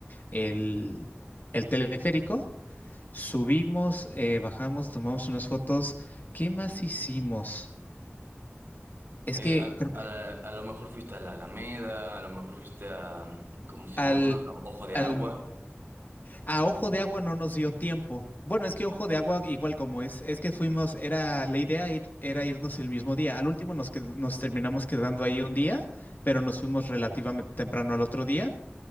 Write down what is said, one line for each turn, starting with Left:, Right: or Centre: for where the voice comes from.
Left: el, el teleférico. Subimos, eh, bajamos, tomamos unas fotos. ¿Qué más hicimos? Es
Right: Eh,
Left: que
Right: a,
Left: creo
Right: a
Left: que
Right: la- a lo mejor fuiste a la Alameda, a lo mejor fuiste a, ¿cómo se
Left: al,
Right: llama? A Ojo de
Left: al,
Right: Agua.
Left: a Ojo de Agua no nos dio tiempo. Bueno, es que Ojo de Agua, igual como es, es que fuimos, era, la idea ir- era irnos el mismo día. Al último nos, qued- nos terminamos quedando ahí un día, pero nos fuimos relativamente temprano al otro día.